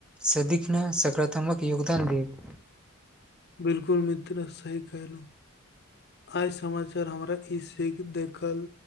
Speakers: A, in the centre; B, on the left.
A: सदिखन सकारात्मक योगदान देब
B: बिलकुल मि त्र सही कहलहु आइ समाचार हमराके ई सीख देखल